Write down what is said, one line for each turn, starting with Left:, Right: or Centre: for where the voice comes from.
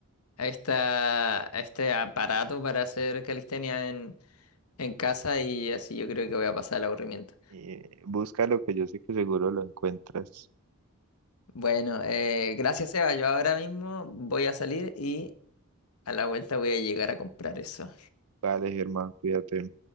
Left: esta, este aparato para hacer calistenia en, en casa y así yo creo que voy a pasar el aburrimiento.
Right: Eh, busca lo que yo sé que seguro lo encuentras.
Left: Bueno, eh, gracias, Eva. Yo ahora mismo voy a salir y a la vuelta voy a llegar a comprar eso.
Right: Vale, Germán, cuídate.